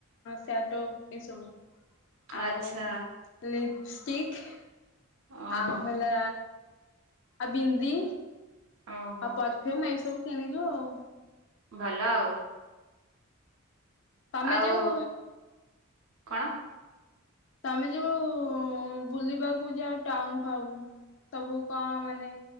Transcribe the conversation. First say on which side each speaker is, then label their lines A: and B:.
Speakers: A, on the left; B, on the right.
A: ସ୍ୟାଡୋ ଏସବୁ। ଆଉ
B: ଆଚ୍ଛା
A: ଲିପଷ୍ଟିକ।
B: ଓହୋ
A: ଆଉ ହେଲା ଆଉ ବିନ୍ଦି।
B: ଓହୋ
A: ଆଉ ପରଫ୍ୟୁମ ଏଇସବୁ କିଣିଲୁ ଆଉ।
B: ଭଲ ଆଉ।
A: ତମେ
B: ଆଉ
A: ଯୋଉ
B: କଣ?
A: ତମେ ଯୋଉ ବୁଲିବାକୁ ଯା ଟାଉନ ଫାଉନ ସବୁ କଣ ମାନେ